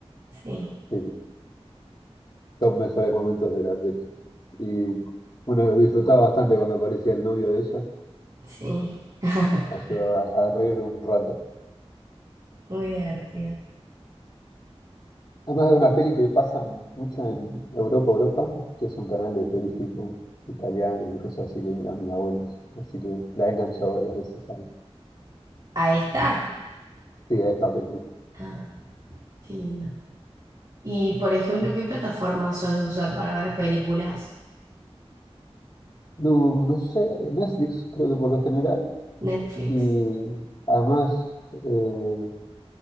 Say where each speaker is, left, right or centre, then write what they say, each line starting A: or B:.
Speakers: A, on the right; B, on the left.
A: Sí,
B: sí. sí. Los mejores momentos de la peli. Y bueno, lo disfrutaba bastante cuando aparecía el novio de ella.
A: sí. <laughs>
B: Ayudaba a reír un rato.
A: Muy divertido.
B: Además es una peli que pasa mucho en Europa, Europa, que es un canal de pelis tipo italianas y cosas así que miran mis abuelos. Así que la he enganchado varias veces a,
A: ¿A esta?
B: sí, a esta película.
A: Ah, qué lindo. Y, por ejemplo, ¿qué plataforma sos de usar para ver películas?
B: No, no sé, Netflix creo que por lo general.
A: Netflix.
B: Y además... eh,